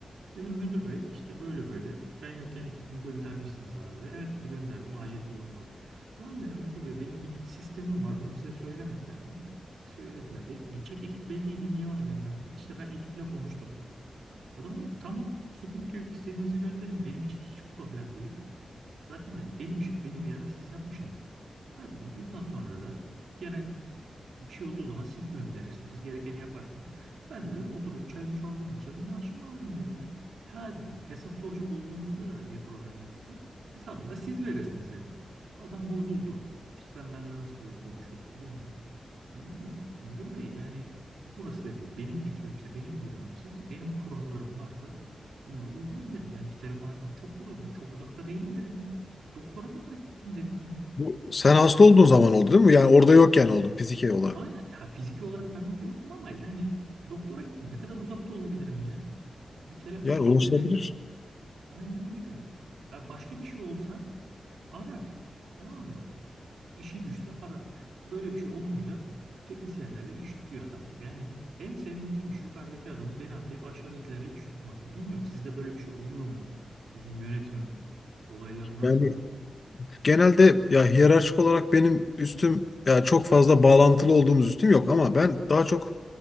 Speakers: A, on the right (about 85°); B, on the left (about 50°).
A: Dedim müdür bey işte böyle böyle ben yokken ekibimi göndermişsiniz arada. Evet dedi gönderdim acil bir durum vardı. Tamam dedim müdür bey benim bir sistemim var bunu size söylemediler mi? E, söylediler. E, gidecek ekip belliydi niye onu göndermediniz? İşte ben ekiple konuştum. Adam dedi tamam sıkıntı yok istediğinizi gönderin benim için hiç problem değil. Zaten dedim benim işim benim yerime siz yapmışsınız. Ha dedim bundan sonra da genel bir şey olduğu zaman siz gönderirsiniz. Gerekeni yaparsınız. Ben de dedim otururum çayımı çorbamı içerim. Maaşımı alırım dedim ben. Ha dedim hesap soracak olduğunuzda da bir problem olursa hesabını da siz verirsiniz dedim. Adam bozuldu. İşte sen benimle nasıl böyle konuşuyorsun bilmem. Yani dedim müdür bey yani burası dedim benim ekibimse benim birimimse benim kurallarım varsa bunları uygulayın dedim. Yani bir telefon açmak çok mu zor? Ben çok uzakta değilim dedim ya. Doktora kadar gittim dedim ya.
B: Bu, sen hasta olduğun zaman oldu değil mi? Yani orada yokken oldun fiziki olarak.
A: Aynen. Ya fiziki olarak ben orada yokum ama yani doktora gittim. Ne kadar uzakta olabilirim ya? Bir telefon
B: Yani
A: et
B: ulaşılabilir.
A: yani. Aynen öyle. Ya başka bir şey olsa arar. Tamam mı? İşi düşse arar. Böyle bir şey olunca teknisyenlerle iş tutuyor adam. Yani en sevmediğim iş yukarıdaki adamın beni atlayıp aşağıdakilerle iş tutması. Bilmiyorum sizde böyle bir şey oluyor mu? Sizin yönetim olayları nasıl?
B: Yani genelde ya hiyerarşik olarak benim üstüm ya çok fazla bağlantılı olduğumuz üstüm yok ama ben daha çok